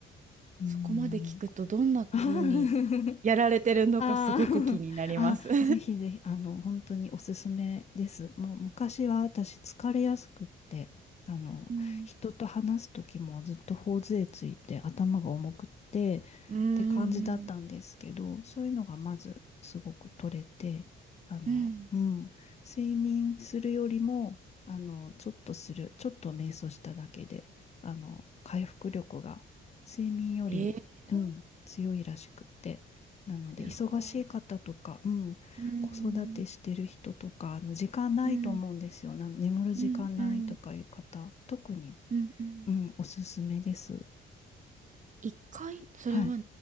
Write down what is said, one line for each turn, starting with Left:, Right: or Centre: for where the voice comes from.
Left: うーん。
Right: そこまで聞くとどんな風にやられてるのかすごく気になります。
Left: <laughs> あー <laughs> あ、
Right: <laughs> う
Left: ぜひぜひ、あの、本当におすすめです。もう昔は私疲れやすくって、あの、
Right: うん
Left: 人と話す時もずっと頬杖ついて頭が重くってっ
Right: うーん。
Left: て感じだったんですけど、そういうのがまずすごく取れて、あの、
Right: うん。
Left: うん、睡眠するよりも、あの、ちょっとする、ちょっと瞑想しただけで、あの、回復力が睡眠より、
Right: へえー。すご
Left: うん、強いらしくって。なので、
Right: い。
Left: 忙しい方とか、うん、
Right: うん。
Left: 子育てしてる人とか、あの時間ないと思うんですよ。
Right: うん。
Left: な眠る時間ないとかいう方、
Right: うん。うん。
Left: 特に、
Right: うんうん。
Left: うん、おすすめです。
Right: 一回、それは
Left: はい。